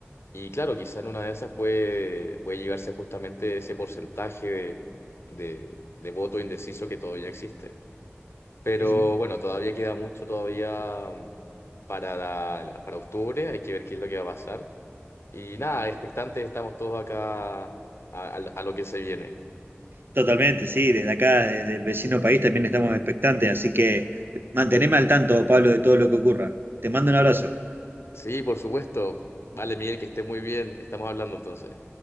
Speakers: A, on the left; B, on the right.
A: Y claro, quizá en una de esas puede, puede llevarse justamente ese porcentaje de, de, de voto indeciso que todavía existe. Pero
B: ujú.
A: bueno, todavía queda mucho todavía para, la- para octubre, hay que ver qué es lo que va a pasar. Y nada, expectantes estamos todos acá a, a a lo que se viene.
B: Totalmente, sí, desde acá, desde el vecino país también estamos expectantes, así que manteneme al tanto, Pablo, de todo lo que ocurra. Te mando un abrazo.
A: Sí, por supuesto. Vale, Miguel, que esté muy bien. Estamos hablando entonces.